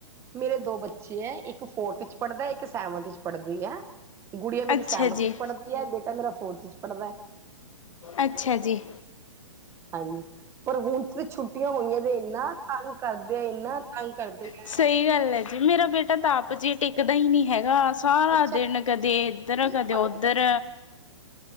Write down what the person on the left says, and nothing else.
ਅੱਛਾ
ਜੀ
ਅੱਛਾ ਜੀ।
ਸਹੀ
ਗੱਲ ਹੈ ਜੀ ਮੇਰਾ ਬੇਟਾ ਤਾਂ ਆਪ ਜੇ, ਟਿਕਦਾ ਹੀ ਨਹੀਂ ਹੈਗਾ ਸਾਰਾ
ਦਿਨ ਕਦੇ ਇੱਧਰ, ਕਦੇ
ਉਧਰ